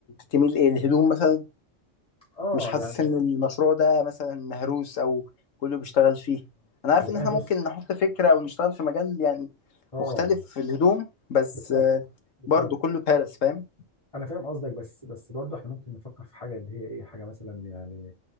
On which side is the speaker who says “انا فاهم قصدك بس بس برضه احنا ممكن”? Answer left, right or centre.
Left